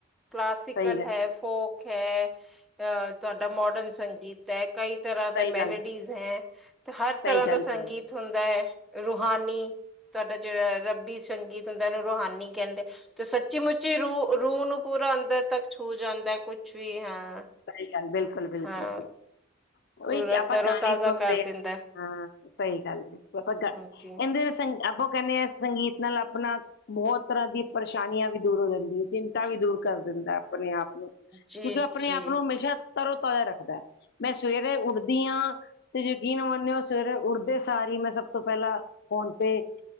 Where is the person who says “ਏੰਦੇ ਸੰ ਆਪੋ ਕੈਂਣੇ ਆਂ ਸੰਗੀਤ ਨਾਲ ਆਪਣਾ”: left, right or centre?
Left